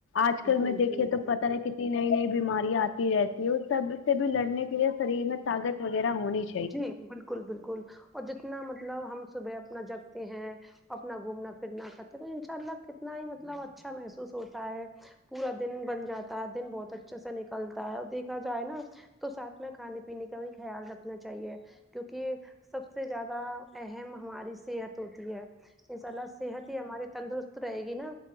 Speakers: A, on the left; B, in the centre.
A: آج کل
B: جی
A: میں دیکھیے
B: جی
A: تو پتا نہیں کتنی نئی نئی بیماریاں آتی رہتی ہے اس سب سے بھی لڑنے کے لیے شریر میں طاقت وغیرہ ہونی چی
B: جی بالکل بالکل اور جتنا مطلب ہم صبح اپنا جگتے ہیں اپنا گھومنا پھرنا کرتے ہیں تو ان شاء اللہ کتنا ہی مطلب اچھا محسوس ہوتا ہے پورا دن بن جاتا ہے دن بہت اچھے سے نکلتا ہے اور دیکھا جائے نا تو ساتھ میں کھانے پینے کا بھی خیال رکھنا چاہیے کیونکہ سب سے زیادہ اہم ہماری صحت ہوتی ہے انشااللہ صحت ہی ہماری تندرست رہے گی نا